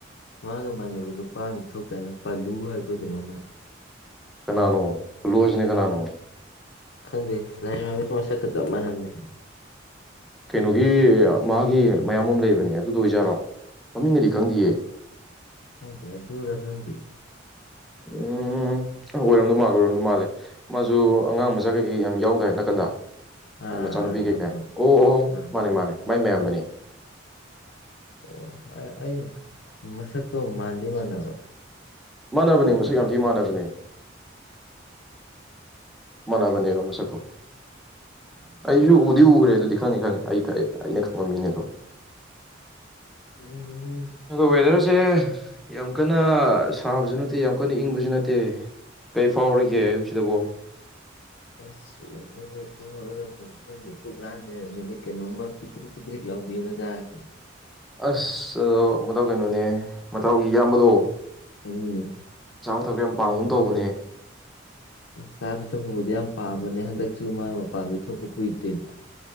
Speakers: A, on the left; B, in the centre.
A: ꯃꯥꯒ ꯃꯥꯟꯅꯕ ꯅꯨꯄꯥ ꯑꯝꯗꯨ ꯊꯣꯛꯇꯥꯏꯅꯦ ꯄꯜꯂꯨ ꯍꯥꯏꯕ꯭ꯔ ꯀꯩꯅꯣ ꯃ
B: ꯀꯅꯥꯅꯣ ꯄꯨꯂꯨ ꯍꯥꯏꯖꯤꯅ ꯀꯅꯥꯅꯣ
A: ꯈꯪꯗꯦ ꯂꯥꯏꯃꯥꯡꯗ ꯄꯨꯔꯥ ꯁꯛꯀ ꯆꯞ ꯃꯥꯟꯅꯕꯅꯦ
B: ꯀꯩꯅꯣꯒꯤ ꯃꯥꯒꯤ ꯃꯌꯥꯝꯕ ꯑꯃ ꯂꯩꯕꯅꯦ ꯑꯗꯨꯗꯣ ꯑꯣꯏꯖꯥꯔꯣ ꯃꯃꯤꯡꯒꯗꯤ ꯈꯪꯗꯤꯌꯦ
A: ꯈꯪꯗꯦ ꯑꯗꯨꯔꯥ ꯈꯪꯗꯦ
B: ꯎꯝ ꯑꯣꯏꯔꯝꯗꯣꯏ ꯃꯥꯜꯂꯦ ꯑꯣꯏꯔꯝꯗꯣꯏ ꯃꯥꯜꯂꯦ ꯃꯥꯁꯨ ꯑꯉꯥꯡ ꯃꯆꯥ ꯀꯩꯀꯩ ꯌꯥꯝ ꯌꯥꯎꯗꯥꯏ ꯅꯥꯀꯟꯗ
A: ꯑꯥ
B: ꯃꯥꯏ ꯃꯆꯥꯅꯨꯄꯤ
A: ꯑꯥ ꯑꯥ
B: ꯀꯩꯀꯩ
A: ꯌꯥꯝ
B: ꯑꯣ ꯑꯣ
A: ꯑꯥ
B: ꯃꯥꯅꯦ ꯃꯥꯅꯦ ꯃꯥꯏ ꯃꯌꯥꯝꯕꯅꯦ
A: <unintelligible> ꯑꯣ ꯑꯩ ꯑꯩꯅ ꯃꯁꯛꯇꯣ ꯃꯥꯟꯗꯤ ꯃꯥꯟꯅꯕ
B: ꯃꯥꯟꯅꯕꯅꯦ
A: ꯑꯗꯨꯗ
B: ꯃꯁꯛ ꯌꯥꯝ ꯊꯤ ꯃꯥꯟꯅꯕꯅꯦ ꯃꯅꯥꯕꯅꯦꯕ ꯃꯁꯛ ꯀꫭ ꯑꯩꯁꯨ ꯎꯗꯤ ꯎꯒꯔꯦ ꯑꯗꯨꯗꯤ ꯈꯪꯉꯤ - ꯈꯪꯉꯤ ꯑꯩ ꯀ ꯑꯩ ꯑꯩꯅ ꯈꯪꯕ ꯃꯤꯅꯦ ꯑꯗꯣ꯫
A: <unintelligible>
B: ꯑꯗꯣ ꯋꯦꯗꯔꯁꯦ ꯌꯥꯝ ꯀꯟꯅ ꯁꯨ ꯁꯥꯕꯁꯨ ꯅꯠꯇꯦ ꯌꯥꯝ ꯀꯟꯅ ꯏꯪꯕꯁꯨ ꯅꯠꯇꯦ ꯀꯩ ꯐꯥꯎꯔꯤꯒꯦ ꯑꯌꯨꯛ ꯁꯤꯗꯕꯣ?
A: ꯑꯁ ꯋꯦꯗꯔꯁꯦ ꯇꯨꯝ ꯍꯧꯒꯠꯂꯛꯄꯒ ꯈꯪꯗꯦ ꯄꯨꯛ ꯂꯥꯝꯃꯦ ꯃꯤꯅꯤ ꯀꯩꯅꯣꯝꯃ ꯄꯤꯗ꯭ꯔꯤꯛ ꯄꯤꯗ꯭ꯔꯤꯛ- ꯂꯥꯎꯕꯤ ꯑꯃ ꯆꯥꯔꯗꯤ
B: ꯑꯁ ꯑꯗꫭ ꯇꯥꯎ ꯀꯩꯅꯣꯅꯦ ꯃꯇꯥꯎꯒꯤ ꯏꯌꯥꯝꯕꯗꯣ
A: <unintelligible>
B: <unintelligible> ꯌꯥꯝ ꯄꯥꯝꯒꯨꯝ ꯇꯧꯕꯅꯦ
A: ꯆꯥꯕ ꯊꯛꯄꯕꯨꯗꯤ ꯌꯥꯝ ꯄꯥꯝꯕꯅꯦ ꯍꯟꯗꯛꯁꯨ ꯃꯥ ꯃꯄꯥꯟꯗꯤ ꯊꯣꯛꯄ ꯀꯨꯏꯗ꯭ꯔꯤꯕ